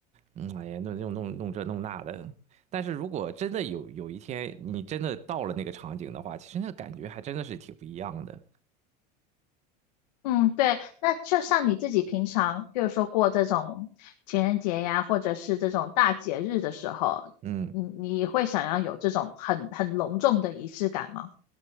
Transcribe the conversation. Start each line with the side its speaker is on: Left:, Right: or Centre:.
Right: 嗯，哎呀，弄弄弄弄这弄那的。但是如果真的有有一天你真的到了那个场景的话，其实那个感觉还真的是挺不一样的。
Left: 嗯，对，那就像你自己平常，比如说过这种情人节呀，或者是这种大节日的时候，
Right: 嗯，
Left: 你你会想要有这种很很隆重的仪式感吗？